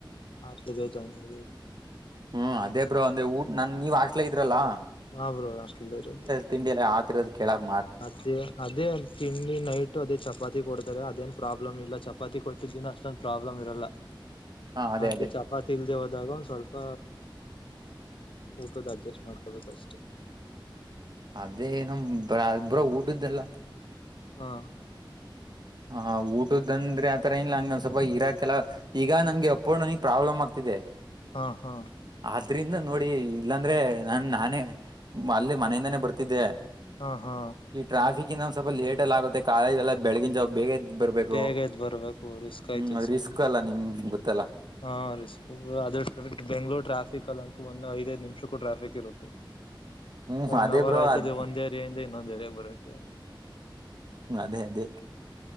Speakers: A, on the left; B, on the right.
A: ಹೊಷ್ಟ್ಟ್ಲು ಜಾಯ್ನ್ ಆಗಿರಿ
B: ಹ್ಮ್ ಅದೇ ಬ್ರೋ ಅಂದ್ರೆ ಊ ನಾನ್ ನೀವ್ ಹೊಷ್ಟಲಾಲ್ ಇದ್ರಲ್ಲ
A: ಹಾ ಬ್ರೋ ಹಾಷ್ಟಲ್ ಇರೋದು
B: ತಿಂಡಿಯಲ್ಲ ಕೆಳ <unintelligible>
A: ಅದೇ ಅದೇ ತಿಂಡಿ ನೈಟ್ ಅದೇ ಚಪಾತಿ ಕೊಡ್ತಾರೆ ಅದೇನ್ ಪ್ರಾಬ್ಲಮ್ ಇಲ್ಲ ಚಪಾತಿ ಕೊಟ್ಟಿದ್ದ ದಿನ ಅಷ್ಟೊಂದು ಪ್ರಾಬ್ಲಮ್ ಇರಲ್ಲ
B: <inaudible>
A: ಅದು
B: ಅದೇ
A: ಚ ಚಪಾತಿ ಇಲ್ದೆೇ ಹೋದಾಗ ಒಂದ್ ಸ್ವಲ್ಪ ಊಟದ ಅಡ್ಜಸ್ಟ್ ಮಾಡ್ಕೊಬೇಕ ಅಷ್ಟೆ
B: ಅದೇ ಏನೋ ಬ್ರ ಬ್ರೋ ಊಟದ್ದಲ್ಲ
A: ಹಾ
B: ಹ ಊಟದ ಅಂದ್ರೆ ಆತರ ಇಲ್ಲ ಹಂಗಂದ್ ಸ್ವಲ್ಪ ಇರಾಕೆಲ್ಲ ಈಗ ನನ್ಗೆ ಅಪ್ ಆಂಡ್ ಡೌನ್ ಗೇ ನನಗ್ ಪ್ರಾಬ್ಲಮ್ ಆಗ್ತಿದೆ
A: ಹಾ ಹಾ
B: ಆದ್ರಿಂದ ನೋಡಿ ಇಲ್ಲಾಂದ್ರೆ ನನ್ ನಾನೇ ಅಲ್ಲಿ ಮನೆಯಿಂದಾನೇ ಬರ್ತಿದ್ದೆ
A: ಹಾ ಹಾ
B: ಈ ಟ್ರಾಫಿಕ್ ಇಂದ ಸ್ವಲ್ ಲೇಟ ಆಗುತ್ತೆ ಕಾಲಜೆಲ್ಲ ಬೆಳಗಿನ ಜಾಗ ಬೇಗ ಬರ್ಬೇಕು
A: ಬೇಗ ಎದ್ ಬರ್ಬೇಕು ರಿಸ್ಕ್ ಆಯ್ತದ
B: ಹ್ಮ್ ಅದ್ರ
A: ಸುಮ್ನೆ
B: ರಿಸ್ಕು ಅಲ್ಲ ನಿಮ್ ಗೊತ್ತಲ್ಲ
A: ಹಾ ರಿಸ್ಕು ಅದ ಕ್ ಬೆಂಗಳೂರು ಟ್ರಾಫಿಕ್ ಅಲ್ಲ ಅಂತ ಒಂದು ಐದೈದ್ ನಿಮಿಷೂಕ್ಕೂ ಟ್ರಾಫಿಕ್ ಇರುತ್ತೆ
B: <inaudible>
A: ಒನ್
B: ಅದೇ
A: ಅವರ್
B: ಬ್ರೋ
A: ಆಯ್ತದೆ
B: ಅದ್
A: ಒಂದ್ ಏರಿಯಾಂದ ಇನ್ನೊ ಏರಿಯಾಗೆ ಬರತ್ತೆ
B: ಹ್ಮ ಅದೇ ಅದೇ